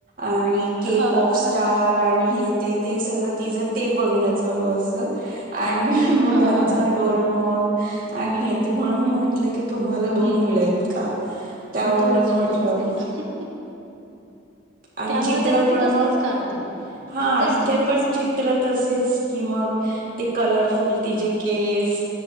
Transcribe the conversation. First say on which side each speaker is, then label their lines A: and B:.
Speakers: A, on the right; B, on the right.
A: आणि के
B: हा
A: पाॅप
B: हा
A: स्टार आणि हे ते ते सगळ तिच ते बघणं चालू असत आणि मुलांच
B: हा हा
A: डोरेमन आणि य ते म्हणून मी म्हटलं की तुम्हाला
B: हम्म
A: दोन मुल आहेत का? त्यावरनच
B: दोघं
A: म्हटलं
B: मुलंच आहे.
A: आणि
B: त्यामुळे
A: चित्र
B: त्यांना ती
A: पण
B: तसलीच
A: मग
B: कार्टून
A: हा
B: तसलच
A: इथे पण
B: तसच
A: चित्र तसेच कि मग ते कलरफुल ति जे केस